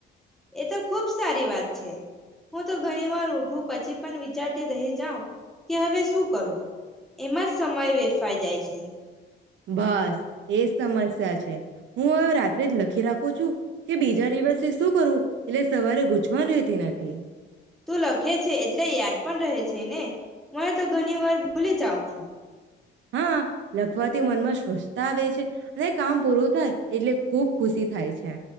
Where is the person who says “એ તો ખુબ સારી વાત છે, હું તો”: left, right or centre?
Centre